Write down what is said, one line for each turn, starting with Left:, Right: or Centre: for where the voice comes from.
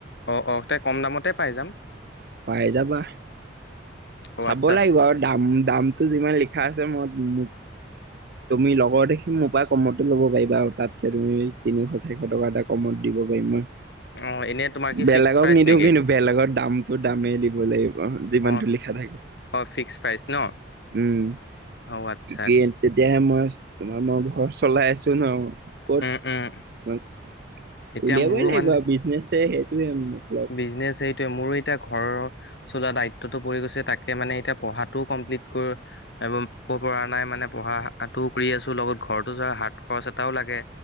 Left: অ, অ'ক তে কম দামতে পাই যাম।
Right: পাই যাবাহ,
Left: অ
Right: চাব
Left: আচ্ছা
Right: লাগিব আৰু দাম দাম টো যিমান লিখা আছে মইত মোক তুমি লগৰ দেখি মোৰ পৰা কমতো ল'ব পাৰিবা আৰু তাতকে তুমি তিনিশ চাৰিশ টকা এটা কমত দিব পাৰিম মই।
Left: অ' এনেই তোমাৰ। কি
Right: বেলেগক
Left: ফিক্স প্ৰাইচ
Right: নিদিও
Left: নেকি
Right: কিন্তু বেলেগৰ দামটো দামেই দিব লাগিব যিমানটো
Left: অ
Right: লিখা থাকে।
Left: অ' ফিক্স প্ৰাইচ ন।
Right: উম।
Left: অ আচ্ছা
Right: ঠিকে তেতিয়া। মই তোমাৰ মই ঘৰ চলাই আছো ন'। ক'ত
Left: উম উম
Right: তোমাক
Left: এতিয়া
Right: উলিয়াবই
Left: মোৰো
Right: লাগিব
Left: মানে
Right: আৰু বিজনেছহে সেইটোৱে মটলৱ।
Left: বিজনেচ সেইটোৱে মোৰ এতিয়া ঘৰৰ। চলোৱা দায়িত্বটো পৰি গৈছে তাকে মানে এতিয়া পঢ়াটোও কমপ্লিট কৰ। ব পৰা নাই মানে পঢ়াটোও কৰি আছোঁ লগত ঘৰতো যা হাত খৰচ এটাও লাগে।